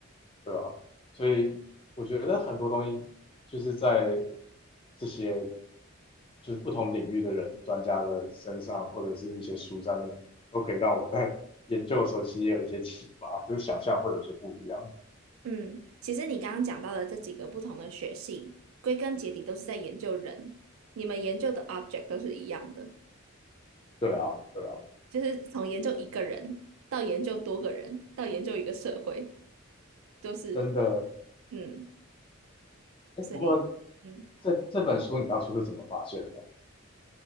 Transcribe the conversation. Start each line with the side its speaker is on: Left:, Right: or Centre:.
Left: 对啊，所以我觉得很多东西就是在这些就是不同领域的人、专家的身上，或者是一些书上面，都可以让我在 <laughs> 研究的时候其实也有一些启发，就是想象会有一些不一样。
Right: 嗯，其实你刚刚讲到的这几个不同的学系，归根结底都是在研究人，你们研究的 object 都是一样的，
Left: 对啊，对啊，
Right: 就是从研究一个人到研究多个人，到研究一个社会。都是
Left: 真的。
Right: 嗯，
Left: 哎，
Right: 所以嗯，
Left: 不过这这本书你当初是怎么发现的？